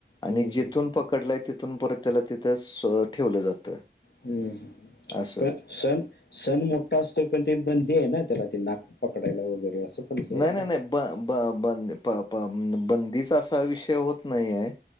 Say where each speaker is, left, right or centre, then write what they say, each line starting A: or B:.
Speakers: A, on the left (about 25°); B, on the left (about 65°).
A: आणि
B: हं,
A: जिथून
B: हं, हं,
A: पकडलाय तिथून परत त्याला तिथं सो ठेवलं जातं
B: हं. हं.
A: असं
B: पण सण सण मोठा असतो पण ते बंदी आहे ना त्याला ते नाग पकडायला वगैरे असं पण हे आहे
A: नाही नाही
B: ना.
A: नाही ब ब ब प प बंदीचा असा विषय होत नाही आहे